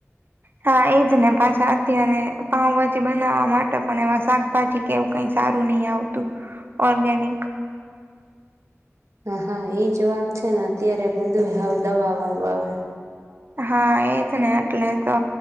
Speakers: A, on the right (about 45°); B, on the right (about 75°).
A: હા એજ ને પાછા અત્યારે પાઉભાજી બનાવવા માટે પણ એમાં શાકભાજી કેવું કઈ સારું નહી આવતું ઓર્ગેનિક.
B: હા હા એજ વાત છે ને અત્યારે બધું દવા વાળું આવે.
A: હા એજ ને એટલે તો